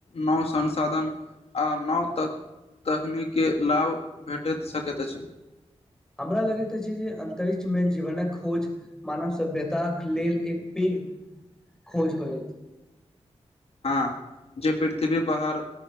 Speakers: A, on the left; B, in the centre.
A: नव संसाधन आ नव तक तकनीकँ लाभ भेटैत सकैत अछि
B: हमरा लगैत अछि जे अन्तरिक्षमे जीवनक खोज मानव सभ्यताक लेल एक पैघ खोज होयत
A: हँ जे पृथ्वी बाहर